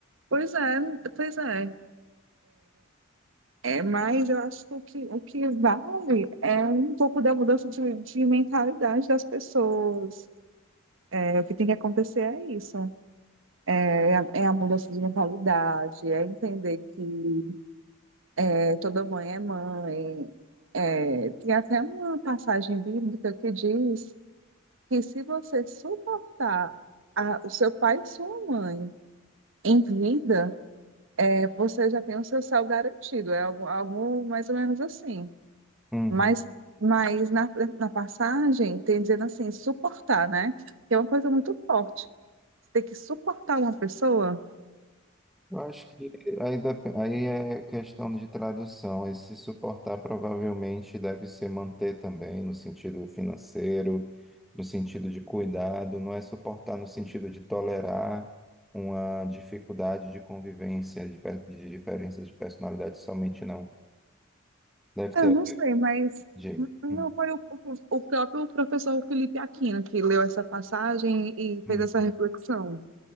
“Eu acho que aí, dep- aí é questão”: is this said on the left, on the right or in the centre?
Centre